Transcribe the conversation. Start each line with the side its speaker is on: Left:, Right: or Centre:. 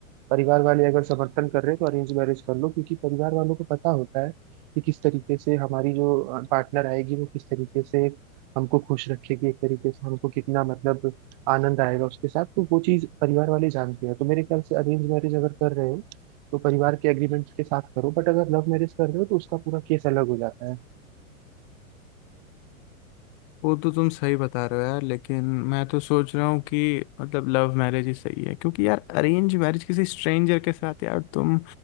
Right: परिवार वाले अगर समर्थन कर रहे हैं तो अरेंज मैरिज कर लो क्योंकि परिवार वालों को पता होता है कि किस तरीके से हमारी जो पार्टनर आएगी वो किस तरीके से हमको खुश रखेगी एक तरीके से हमको कितना मतलब आनंद आएगा उसके साथ तो वो चीज परिवार वाले जानते हैं तो मेरे ख्याल से अरेंज मैरिज अगर कर रहे हो तो परिवार के एग्रीमेंट के साथ करो बट अगर लव मैरिज कर रहे हो तो उसका पूरा केस अलग हो जाता है
Left: वो तो तुम सही बता रहे हो यार लेकिन मैं तो सोच रहा हूँ कि मतलब लव मैरिज ही सही है क्योंकि यार अरेंज मैरिज किसी स्ट्रेंजर के साथ यार तुम